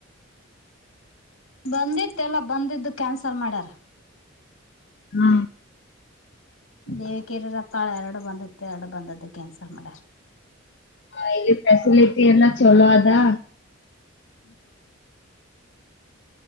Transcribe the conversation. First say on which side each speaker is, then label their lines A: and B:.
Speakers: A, on the left; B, on the left.
A: ಬಂದಿತ್ತು ಎಲ್ಲಾ ಬಂದಿದ್ದು ಕ್ಯಾನ್ಸಲ್ ಮಾಡ್ಯಾರ.
B: ಹ್ಮ
A: ದೇವಿಕೇರ ರತ್ತಾಳ ಎರಡು ಬಂದಿತ್ತು ಎರಡು ಬಂದದ್ದು ಕ್ಯಾನ್ಸಲ್ ಮಾಡ್ಯಾರ.
B: ಹಾ ಇಲ್ಲಿ ಫೆಸಿಲಿಟಿ ಎಲ್ಲಾ ಚಲೋ ಅದಾ.